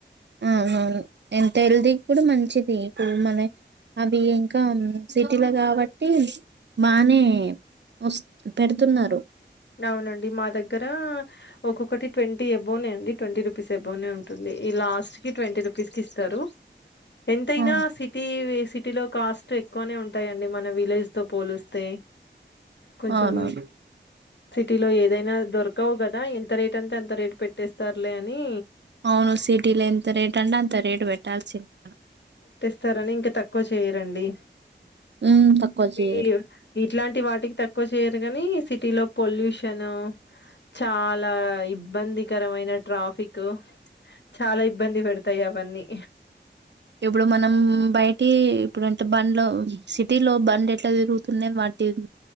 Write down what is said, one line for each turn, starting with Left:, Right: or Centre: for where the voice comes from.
Right: అవునవును ఎంత హెల్దీ కూడ మంచిది ఇప్పుడు మన అవి ఇంకా సిటీలో కాబట్టి బానే వస్ పెడుతున్నారు
Left: అవునండి మా దగ్గర ఒక్కొక్కటి ట్వెంటీ ఎబోనే అండి ట్వెంటీ రూపీస్ ఎ బోనే ఉంటుంది లాస్ట్ కి ట్వెంటీ రూపీస్ కి ఇస్తారు ఎంతైనా
Right: ఆ
Left: సిటీ వే సిటీలో కాస్ట్ ఎక్కువనే ఉంటాయండి మన విలేజ్ తో పోలిస్తే కొంచెం
Right: అవునవును
Left: సిటీలో ఏదైనా దొరకవు కదా ఎంత రేట్ అంటే అంత రేటు పెట్టేస్తారులే అనీ
Right: అవును సిటీల ఎంత రేటంటే అంత రేట్ పెట్టాల్సిందే మనం
Left: స్తారని ఇంక తక్కువ చేయరండి
Right: మ్మ్ తక్కువ చేయరు
Left: ఈ- ఇట్లాంటి వాటికి తక్కువ చేయరుగాని సిటీలో పొల్యూషన్ చాల ఇబ్బందికరమైన ట్రాఫిక్ చాల ఇబ్బంది పెడతాయి అవన్నీ
Right: ఇప్పుడు మనం బయటి ఇప్పుడంటే బండ్ సిటీలో బండ్ ఎట్లా తిరుగుతున్నాయి వాటి